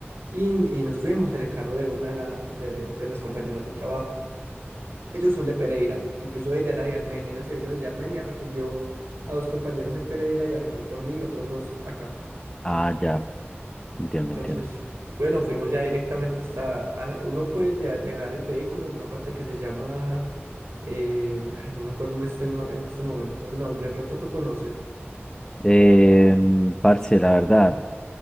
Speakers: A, on the right (about 70°); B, on the left (about 15°).
A: Y, y nos fuimos en el carro de una de, la- de, de las compañeras de trabajo. Ellos son de Pereira, incluso ella era de Armenia, ella se vino desde Armenia, recogió a dos compañeros en Pereira y arrimó por mí, otros dos acá.
B: Ah, ya, entiendo,
A: Entonces,
B: entiendo.
A: bueno, fuimos ya directamente hasta, a- uno puede ya dejar el vehículo en una parte que se llama, eh, ay, no me acuerdo en este, no, en este momento el nombre, de pronto tú conoces.
B: Eh, parce, la verdad,